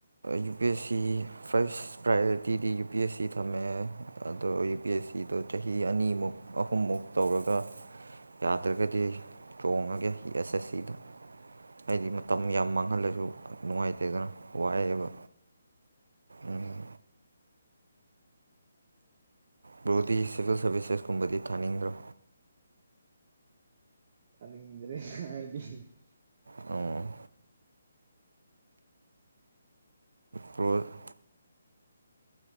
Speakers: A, on the right (about 65°); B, on the right (about 40°).
A: U P S C ꯐꯥꯏꯁ ꯄ꯭ꯔꯥꯏꯌꯣꯔꯤꯇꯤꯗꯤ U P S C ꯊꯝꯃꯦ ꯑꯗꯣ ꯌꯨ ꯄꯤ ꯑꯦꯁ ꯁꯤꯗꯣ ꯆꯍꯤ ꯑꯅꯤꯃꯨꯛ ꯑꯍꯨꯝꯃꯨꯛ ꯇꯧꯔꯒ ꯌꯥꯗ꯭ꯔꯒꯗꯤ ꯆꯣꯡꯉꯒꯦ ꯑꯦꯁ ꯑꯦꯁ ꯁꯤꯗ
B: ꯊꯥꯅꯤꯡꯗ꯭ꯔꯦ
A: ꯍꯥꯏꯗꯤ ꯃꯇꯝ ꯌꯥꯝ ꯃꯥꯡꯍꯜꯂꯁꯨ ꯅꯨꯡꯉꯥꯏꯇꯦꯗꯅ ꯋꯥꯑꯦꯕ ꯎꯝ ꯕꯔꯣꯗꯤ ꯁꯤꯚꯤꯜ ꯁꯥꯔꯚꯤꯁꯦꯁꯀꯨꯝꯕꯗꯤ ꯊꯥꯅꯤꯡꯗ꯭ꯔꯣ
B: ꯊꯅꯤꯡꯗꯔꯦ ꯑꯩꯗꯤ
A: ꯎꯝ ꯄ꯭ꯔꯣ <unintelligible>